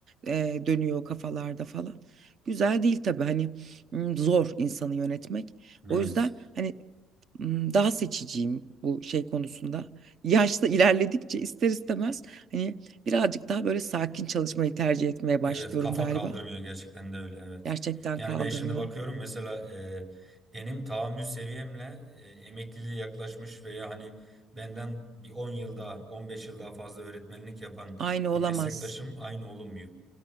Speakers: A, on the right; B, on the right.
A: e, dönüyor kafalarda falan. Güzel değil tabii hani m, zor insanı yönetmek. O
B: Evet.
A: yüzden hani m, daha seçiciyim bu şey konusunda. Yaşta ilerledikçe ister istemez hani birazcık daha böyle sakin çalışmayı tercih etmeye
B: Evet
A: başlıyorum
B: kafa
A: galiba.
B: kaldırmıyor gerçekten de öyle evet.
A: Gerçekten
B: Yani
A: kaldırmıyor.
B: ben şimdi bakıyorum mesela e, benim tahammül seviyemle e, emekliliğe yaklaşmış veya hani benden bir 10 yıl daha 15 yıl daha fazla öğretmenlik yapan
A: Aynı olamaz.
B: bir meslektaşım aynı olunmuyor.